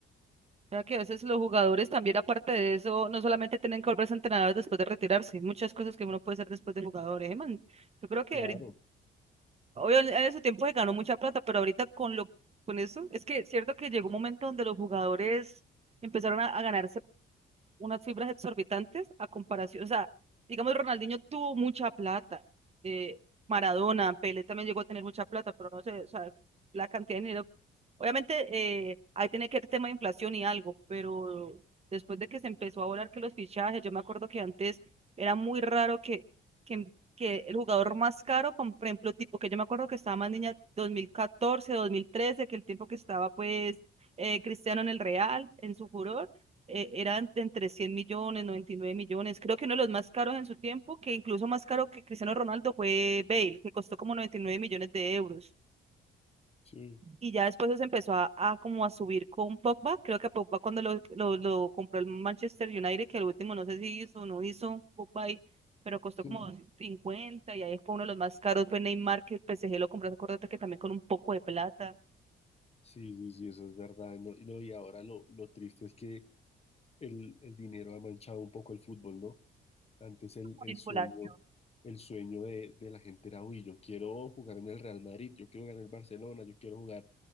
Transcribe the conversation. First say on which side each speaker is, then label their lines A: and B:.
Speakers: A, on the right; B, on the left.
A: O que a veces los jugadores también, aparte de eso, no solamente tienen que volverse entrenadores después de retirarse, muchas cosas que uno puede hacer después de jugador, ¿eh, man? Yo creo que
B: Claro,
A: ahorita Obvio, en en ese tiempo se ganó mucha plata, pero ahorita con lo, con eso, es que es cierto que llegó un momento donde los jugadores empezaron a, a ganarse unas cifras exorbitantes a comparación, o sea, digamos, Ronaldinho tuvo mucha plata, eh, Maradona, Pelé también llegó a tener mucha plata, pero no sé, o sea, la cantidad de dinero, obviamente eh, ahí tiene que haber tema de inflación y algo, pero después de que se empezó a volar que los fichajes, yo me acuerdo que antes era muy raro que, que, que el jugador más caro, con, por ejemplo, tipo que yo me acuerdo que estaba más niña 2014, 2013, que el tiempo que estaba pues... eh, Cristiano en el Real, en su furor, eh, eran de entre 100 millones, 99 millones. Creo que uno de los más caros en su tiempo, que incluso más caro que Cristiano Ronaldo, fue Bale, que costó como 99 millones de euros.
B: sí,
A: Y ya después se empezó a, a como a subir con Pogba. Creo que a Pogba cuando lo, lo, lo compró el Manchester United, que al último no sé si hizo o no hizo Pogba y pero costó
B: sí.
A: como 50 y ahí fue uno de los más caros, fue Neymar, que el PSG lo compró, acuérdate que también con un poco de plata.
B: Sí, sí, sí, eso es verdad. No, y, no, y ahora lo, lo triste es que el, el dinero ha manchado un poco el fútbol, ¿no? Antes el, el
A: Circulación.
B: sueño, el sueño de, de la gente era, uy, yo quiero jugar en el Real Madrid, yo quiero jugar en el Barcelona, yo quiero jugar.